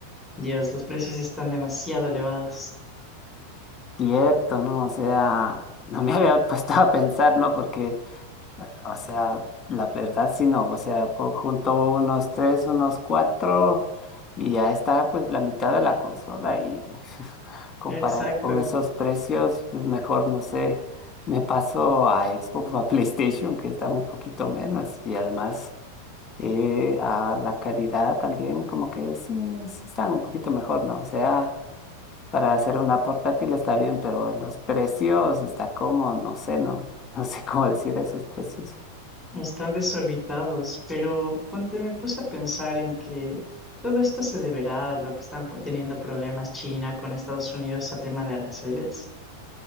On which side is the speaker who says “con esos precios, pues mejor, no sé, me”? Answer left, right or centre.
Left